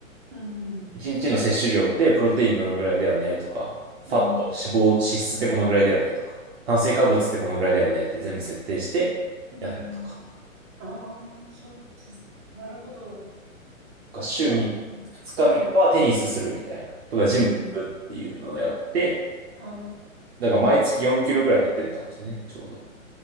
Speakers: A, on the right (about 25°); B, on the right (about 50°).
A: うん。
B: 1日の摂取量ってプロテインどのぐらいだよねとか、ファット、
A: うん。
B: 脂肪、脂質ってこのぐらいだよねとか、炭水化物ってこのぐらいだよねって全部設定してやるとか、
A: うん。ああー、そうです。なるほど。
B: とか週3、
A: うんはい。
B: 2日っかはテニスするみたいな、とかジム行くっていうのをやって、
A: うん。は
B: だから毎月4キロぐらい減ってったんですよね、ちょうど。っ